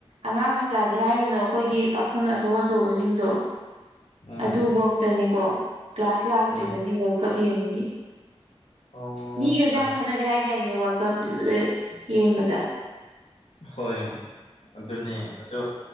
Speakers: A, on the right; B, on the left.
A: ꯑꯉꯥꯡ ꯃꯆꯥꯗꯤ ꯍꯥꯏꯔꯨꯅꯨ ꯑꯩꯈꯣꯏꯒꯤ ꯄꯥꯈꯪ ꯑꯆꯧ ꯑꯧ ꯑꯆꯧꯕꯁꯤꯡꯗꯣ
B: ꯎꯝ
A: ꯑꯗꯨꯧꯇꯅꯦꯀꯣ ꯀ꯭ꯂꯥꯁ ꯂꯥꯛꯇ꯭ꯔꯤꯕꯅꯤ
B: ꯎꯝ
A: ꯀꯞ ꯌꯦꯡꯕꯒꯤꯦ
B: ꯑꯣ
A: ꯃꯤꯒꯁꯨ
B: ꯑꯠꯆꯥ
A: ꯌꯥꯝ ꯈꯠꯅꯔꯦ ꯍꯥꯏ ꯏꯅꯦ ꯋꯥꯔꯜ ꯀꯞ ꯌꯦꯡꯕꯗ
B: ꯍꯣꯏ ꯑꯗꯨꯅꯦ ꯑꯣ